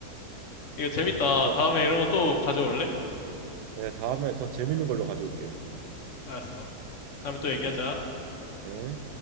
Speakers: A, on the left (about 55°); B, on the right (about 80°).
A: 이거 재밌다.
B: 네.
A: 다음에 이런 거
B: 어,
A: 또 가져올래?
B: 내가 다음에 더 재밌는 걸로 가져올게.
A: 알았어. 다음에 또 얘기하자.
B: 네. 네.